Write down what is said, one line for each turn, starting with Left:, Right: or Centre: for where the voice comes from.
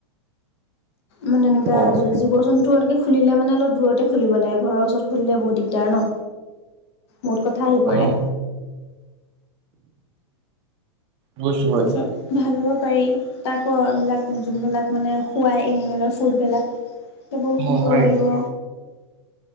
Left: মানে এনেকা
Right: অ',
Left: জীৱ জন্তু এনেকৈ খুলিলে মানে অলপ দূৰতে খুলিব লাগে ঘৰৰ ওচৰত খুলিলে বহুত দিগদাৰ ন বহুত কথা আহি পৰে
Right: অ', বুজিছো মই
Left: আচছ ভাল পাৰি তাকো হোৱা বিলাক যোনবিলাক মানে খোৱা এনিমেলৰ খুদ বিলাক সেইবোৰ কিনিব
Right: অ', হয়।
Left: লাগিব